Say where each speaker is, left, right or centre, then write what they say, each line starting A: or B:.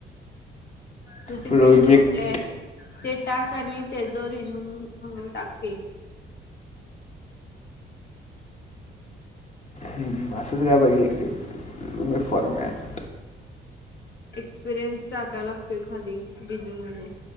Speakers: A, on the left (about 60°); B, on the left (about 35°).
A: तुझी
B: प्रोजेक्ट
A: फिल्ड कुठलीये, ते टाक आणि त्याचं रिझ्यूम म्हणून टाक ते.
B: हम्, असंच घ्या पाहिजे एक्सचेंज मग फॉरमॅट.
A: एक्सपिरियन्स टाकायला लागतोय खाली, रिझूम मध्ये